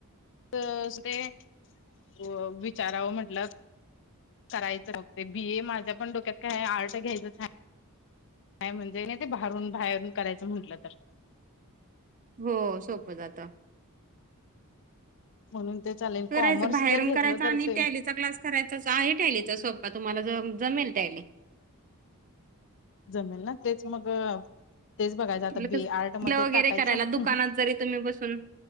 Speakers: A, on the left (about 55°); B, on the right (about 35°).
A: पैसे ते विचारावं म्हंटलं करायचं बगते बी ए माझ्या पण डोक्यात काय आर्ट घ्यायचंच आहे काय म्हणजे नाही ते भारून बाहेरून करायचं म्हंटलं तर
B: हो सोपं जात
A: म्हणून ते चालेल
B: करायचं
A: कॉमर्स
B: बाहेरून
A: जर घेतलं
B: करायचं
A: तर
B: आणि
A: ते
B: ट्यालीच चा क्सास करायचा आहे टलीचा सोप्पा तुम्हाला ज जमेल टली
A: जमेल ना तेच मग तेच बघायचं आता
B: आपलं
A: बी
B: कसं
A: आर्ट मध्ये
B: बिलं वगैरे
A: टाकायचं
B: करायला तुम्ही बसून